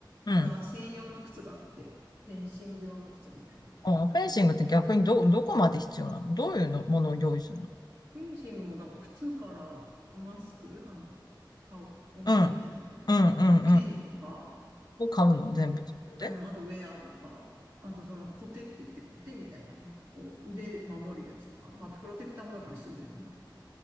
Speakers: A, on the left; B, on the right.
A: うん。
B: が専用の靴があって、フェンシング用の靴みたいな。
A: あ、フェンシングって逆にど、どこまで必要なのどういうのものを用意するの
B: フェンシングも、だから靴からマスク、あの、顔、お面みたいな感じじゃん。
A: うん。うん。
B: とか、
A: うん。
B: あと剣とか、
A: うん。を買うの全部自分で
B: うん、うん、あとウェアとか、あとそのコテって言ってコテみたいな、なんかこう、腕守るやつとか、まあ、プロテクターもだから必要だよね。